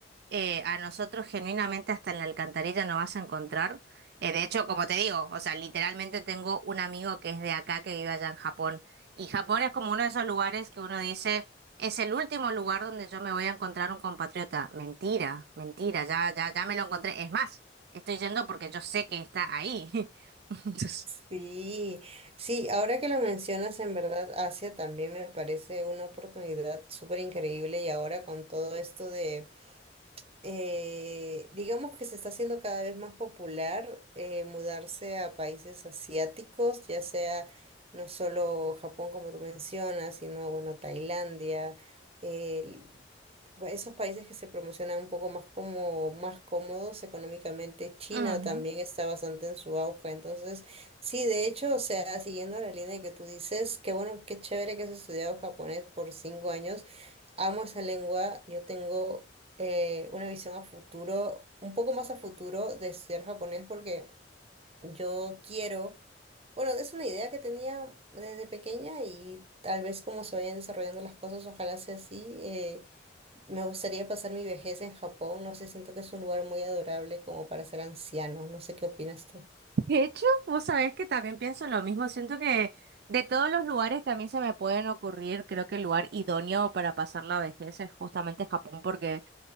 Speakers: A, on the right (about 60°); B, on the right (about 35°).
A: eh, a nosotros genuinamente hasta en la alcantarilla no vas a encontrar. Eh, de hecho, como te digo, o sea, literalmente tengo un amigo que es de acá, que vive allá en Japón. Y Japón es como uno de esos lugares que uno dice, es el último lugar donde yo me voy a encontrar un compatriota. Mentira, mentira, ya, ya, ya me lo encontré. Es más, estoy yendo porque yo sé que está ahí. <laughs> Entonces,
B: Sí, sí, ahora que lo mencionas, en verdad, Asia también me parece una oportunidad súper increíble y ahora con todo esto de... eh, digamos que se está haciendo cada vez más popular eh, mudarse a países asiáticos, ya sea no solo Japón como tú mencionas, sino bueno, Tailandia, el- bu- esos países que se promocionan un poco más como más cómodos económicamente. China
A: ujú.
B: también está bastante en su auge, entonces sí, de hecho, o sea, siguiendo la línea que tú dices, qué bueno, qué chévere que has estudiado japonés por cinco años. Amo esa lengua, yo tengo eh, una visión a futuro, un poco más a futuro de ser japonés porque yo quiero, bueno, es una idea que tenía desde pequeña y tal vez como se vayan desarrollando las cosas, ojalá sea así. eh, me gustaría pasar mi vejez en Japón, no sé, siento que es un lugar muy adorable como para ser anciano, no sé qué opinas tú.
A: De hecho, vos sabés que también pienso lo mismo. Siento que de todos los lugares que a mí se me pueden ocurrir, creo que el lugar idóneo para pasar la vejez es justamente Japón, porque